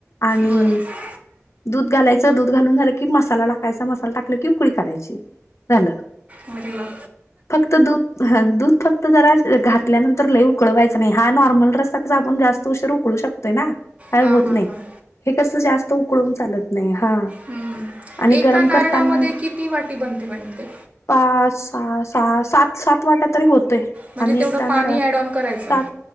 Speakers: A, on the left; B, on the right.
A: आणि
B: बरं
A: दूध घालायचं दूध घालून झालं की मसाला टाकायचा मसाला टाकलं की उकळी काढायची झालं
B: मर वा
A: फक्त दूध ह दूध फक्त जरा घातल्यानंतर लय उकळवायचा नाही हा नॉर्मल रस्ता कच आपण जास्त उशीर उकळ शकतोय ना काय
B: हां
A: होत
B: हां
A: नाही
B: हां
A: हे कस जास्त उकळून चालत नाही हा.
B: हम्म
A: आणि
B: एका
A: गरम
B: नारडामध्ये
A: करताना
B: किती वाटी बनते मांडते.
A: पाच स स सात सात वाट्या तरी होतोय.
B: म्हणजे
A: आम्ही
B: तेवढं
A: एकताना
B: पाणी
A: राात
B: ॲड ऑन करायचं
A: सात